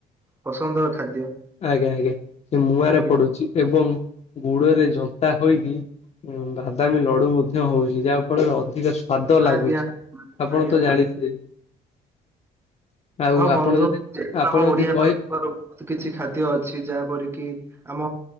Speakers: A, on the right; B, on the left.
A: ପସନ୍ଦର ଖାଦ୍ୟ।
B: ଆଜ୍ଞା ଆଜ୍ଞା ସେ ମୁଆଁରେ
A: ଆଜ୍ଞା
B: ପଡୁଚି ଏବଂ ଗୁଡରେ ଝନ୍ତା ହୋଇକି ବାଦାମୀ ଲଡୁ ମଧ୍ୟ ହଉଚି ଯାହା ଫଳରେ ଅଧିକ ସ ସ୍ଵାଦ ଲାଗୁଚି
A: ଆଜ୍ଞା
B: ଆପଣ
A: ଆଜ୍ଞା
B: ତ
A: ବୁଝି
B: ଜାଣିଥିବେ। ଆଉ
A: ହଁ ବନ୍ଧୁ
B: ଆପଣ ଯଦି
A: ଯେହେତୁ
B: ଆପଣ
A: ଆମ ଓଡିଆ
B: ଯଦି କହି
A: ଙ୍କର ବହୁତ କିଛି ଖାଦ୍ୟ ଅଛି ଯାହାପର କିି ଆମ